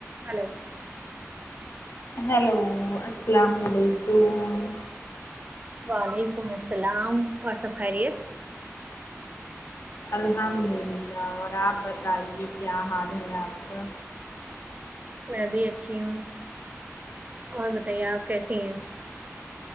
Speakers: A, on the right (about 30°); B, on the left (about 60°).
A: hello
B: hello السلام علیکم
A: وعلیکم السلام اور سب خیریت
B: الحمد للہ اور آپ بتائیے کیا حال ہے آپ کا
A: میں بھی اچھی ہوں اور بتائیے آپ کیسی ہیں